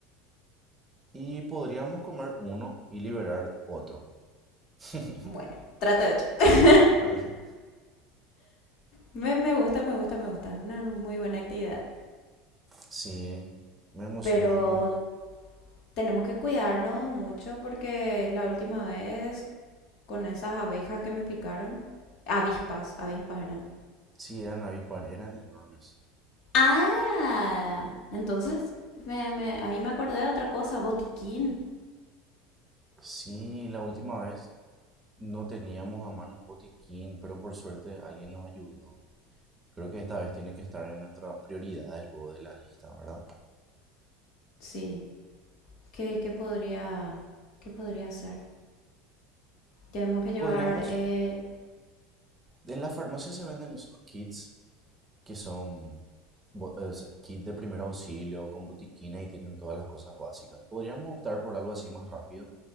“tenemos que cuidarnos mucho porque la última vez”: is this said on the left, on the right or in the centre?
Left